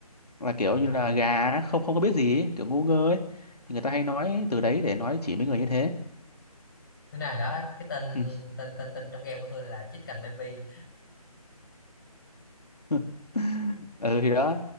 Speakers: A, on the left; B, on the left.
A: là kiểu
B: à.
A: như là gà á, không không có biết gì ấy, kiểu ngu ngơ ấy thì người ta hay nói từ đấy để nói chỉ mấy người như thế
B: thế nào đó cái tên
A: ừ.
B: tên tên tên trong game của tôi là Chicken Baby
A: <laughs> ừ thì đó